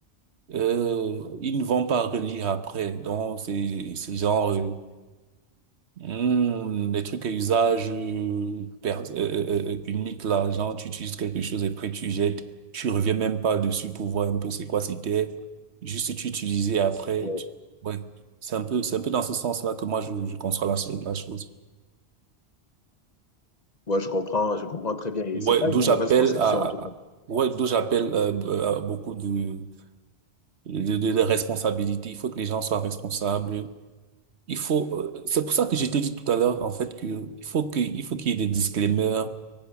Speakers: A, on the right; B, on the left.
A: euh, ils ne vont pas relire après. Donc c'est c'est genre euh, Hmm, les trucs à usage euh, pers- euh, euh, euh, unique là, genre tu utilises quelque chose et après tu jettes, tu reviens même pas dessus pour voir un peu c'est quoi c'était, juste tu utilisais et après,
B: Ouais,
A: tu- ouais, c'est un peu c'est un peu dans ce sens-là que moi je, je conçois la, la chose.
B: Ouais, je comprends, je comprends très bien. Et
A: Ouais,
B: c'est pas
A: d'où
B: une mauvaise
A: j'appelle
B: conception,
A: à,
B: en tout cas.
A: à- ouais, d'où j'appelle euh, b- euh, à beaucoup de, de, de, de responsabilités. Il faut que les gens soient responsables. Il faut, euh, c'est pour ça que je t'ai dit tout à l'heure, en fait, que il faut que, il faut qu'il y ait des disclaimers.